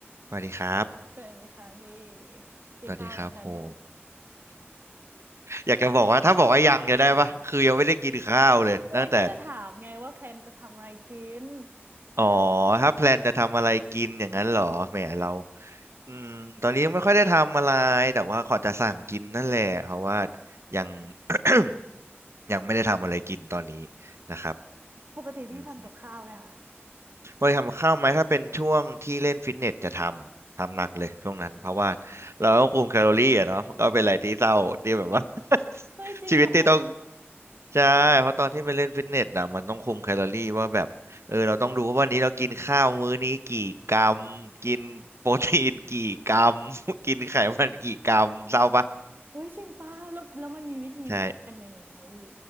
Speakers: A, on the right; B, on the right.
A: สวัสดีครับ
B: เกิดนี้ค่ะพี่กินข้าวยังคะเนี่ย
A: สวัสดีครับผมอยากจะบอกว่าถ้าบอกว่ายังจะได้ปะคือยังไม่ได้กินข้าวเลยตั้งแต่
B: เฮ้ยก็จะถามไงว่าแพลนจะทำอะไรกิน
A: อ๋อ ถ้าแพลนจะทำอะไรกินอย่างนั้นเหรอแหมเราอืมตอนนี้ไม่ค่อยได้ทำอะไร แต่ว่าขอจะสั่งกินนั่นแหละเพราะว่ายัง <coughs> ยังไม่ได้ทำอะไรกินตอนนี้นะครับ
B: ปกติพี่ทำกับข้าวไหมคะ
A: อืมพอทำข้าวไหมถ้าเป็นช่วงที่เล่นฟิตเนสจะทำทำหนักเลยช่วงนั้นเพราะว่าเราต้องคุมแคลอรี่อะเนาะมันก็เป็นอะไรที่เศร้าที่แบบว่า <laughs>
B: เฮ้ยจริงเหรอ
A: ชีวิตที่ต้อง ใช่ เพราะตอนที่ไปเล่นฟิตเนสอ่ะมันต้องคุมแคลอรี่ว่าแบบเออเราต้องดูว่าวันนี้เรากินข้าวมื้อนี้กี่กรัมกินโปรตีนกี่กรัม <laughs> กินไขมันกี่กรัมเศร้าปะ
B: เฮ้ยจริงป่ะแล้วแล้วมันมีวิธีนับกันยังไงคะพี่
A: ใช่